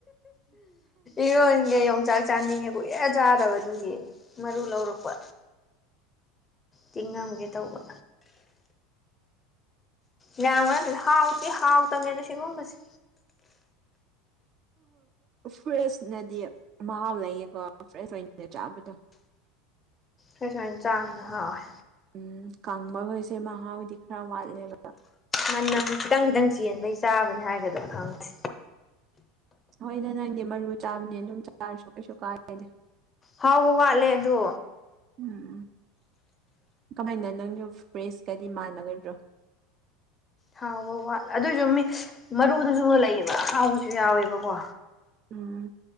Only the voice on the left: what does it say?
ꯏꯔꯣꯟꯒ ꯌ ꯆꯥꯛ ꯆꯥꯅꯤꯡꯉꯦ ꯀꯨꯏꯍ ꯆꯥꯗꯕ ꯑꯗꯨꯒꯤ ꯃꯔꯨ ꯂꯧꯔꯛꯄ ꯇꯤꯡꯉꯝꯒꯦ ꯇꯧꯕ ꯂꯌꯥꯝ ꯋꯥ ꯅ ꯍꯥꯎꯇ ꯍꯥꯎ ꯇꯕꯅꯦꯅ ꯁꯤꯒꯨꯝꯕꯁꯦ
ꯑꯩ ꯁꯨꯃꯥꯏꯅ ꯆꯥꯡꯅ ꯍꯛꯑꯣꯏ
ꯃꯅꯝ ꯈꯤꯇꯪ ꯈꯤꯇꯪ ꯆꯦꯟꯕꯩ ꯆꯥꯕꯅꯤ ꯍꯥꯏꯒꯗ꯭ꯔꯥ ꯈꯪꯗꯦ
ꯍꯥꯎꯕ ꯋꯥꯠꯂꯦ ꯑꯗꯨ
ꯍꯥꯎꯕ ꯋꯥꯠꯂ ꯑꯗꯨꯑꯣꯏꯁꯨ ꯃꯤ ꯃꯔꯨꯗꯨꯁꯨꯅ ꯂꯩꯑꯕ ꯍꯥꯎꯕꯁꯨ ꯌꯥꯎꯋꯦꯕꯀꯣ